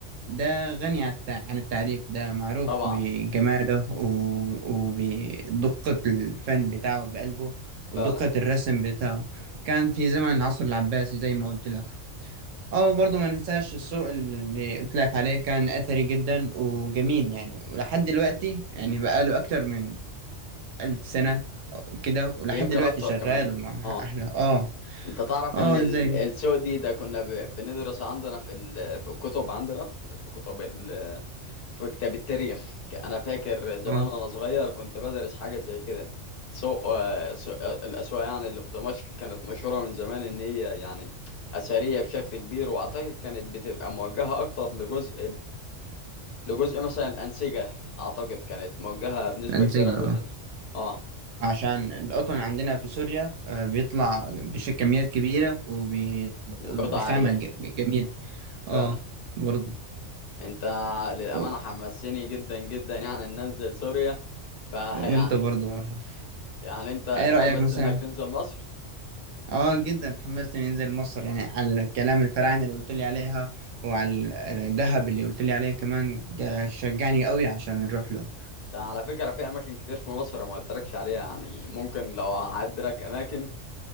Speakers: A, on the right; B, on the left.
A: ده غني عن التع- عن التعريف ده معروف
B: طبعا
A: بجماله و- وبدقة الفن بتاعه بقلبه ودقة
B: فعلا
A: الرسم بتاعه كان في زمن العصر العباسي زي ما قلت لك اه برضه ما ننساش السوق اللي قلت لك عليه كان أثري جدا وجميل يعني ولحد دلوقتي يعني بقاله أكتر من ألف سنة أو كده ولحد
B: يمكن
A: دلوقتي
B: اكتر
A: شغال
B: كمان
A: ومع
B: اه
A: أهله اه
B: انت تعرف
A: اه
B: ان ال-
A: ازاي كده
B: السوق دي ده كنا ب- بندرس عندنا في ال- في الكتب عندنا في في كتب ال- في كتاب التاريخ ك- انا فاكر زمان
A: اه
B: وانا صغير كنت بدرس حاجه زي كده سوق آه، سوق- آه، الاسواق يعني اللي في دمشق كانت مشهوره من زمان ان هي يعني اثريه بشكل كبير واعتقد كانت بتبقى موجهه اكتر لجزء لجزء مثلا الأنسجة أعتقد كانت موجهة بنسبة
A: انسجه
B: كبيرة
A: اه
B: الجزء ده اه
A: عشان القطن عندنا في سوريا آه، بيطلع بش- كميات كبيرة وبخامة
B: وجودة عالية
A: جميلة
B: فعلا
A: اه برضو
B: انت للأمانة
A: و-
B: حمسني جدا جدا يعني إن أنزل سوريا فيعني
A: وانت برضو والله
B: يعني انت اتحمست
A: ايه رأيك مثلا
B: انك تنزل مصر
A: اه جدا اتحمست اني انزل مصر يعني على الكلام الفراعنة اللي قلت لي عليها وعلى ال- الذهب اللي قلت لي عليه كمان جا- شجعني قوي عشان نروح له
B: ده على فكرة في أماكن كتير في مصر ما قلتلكش عليها يعني ممكن لو هعدلك أماكن